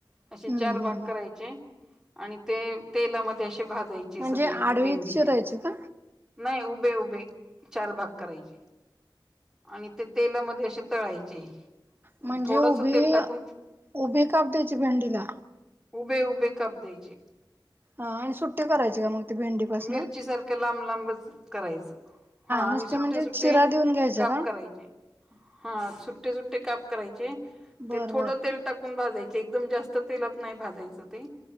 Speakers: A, in the centre; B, on the right.
A: असे
B: हम्म
A: चार
B: हम्म
A: भाग करायचे. आणि ते तेलामध्ये असे भाजायचे
B: म्हणजे
A: सगळे
B: आडवीत
A: भेंडीचे
B: चिरायची का
A: नाही उभे उभे चार भाग करायचे. आणि ते तेलामध्ये अशे तळायचे.
B: म्हणजे
A: थोडस
B: उभे
A: तेल टाकून
B: उभे काप द्यायचे भेंडीला.
A: उभे उभे काप द्यायचे.
B: हा आणि सुट्टे करायचे का मग? ते भेंडीपासन
A: मिरची सारखं लांब लांबच करायचं. हा
B: नुसते
A: आणि सुट्टे
B: म्हणजे
A: सुट्टे
B: चिरा देऊन घ्यायचं
A: काप
B: का
A: करायचे. हा सुट्टे सुट्टे काप करायचे
B: बर
A: ते थोडं
B: बर
A: तेल टाकून भाजायचे एकदम जास्त तेलात नाही भाजायचं ते